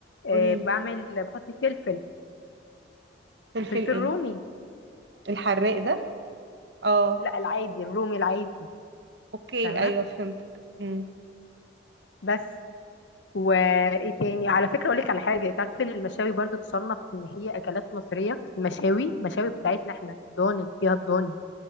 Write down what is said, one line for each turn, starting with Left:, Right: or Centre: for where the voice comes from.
Left: آه
Right: قوليلي
Left: بعمل بحط فلفل
Right: فلفل
Left: فلفل
Right: إيه
Left: رومي
Right: الحراق ده اه
Left: لا العادي الرومي العادي
Right: أوكي
Left: فاهمه
Right: أيوه فهمتك إمم.
Left: بس وايه تاني على فكره اقول لك على حاجه تعرف ان المشاوي برضو تصنف ان هي اكلات مصريه المشاوي المشاوي بتاعتنا احنا الضاني اللي فيها الضاني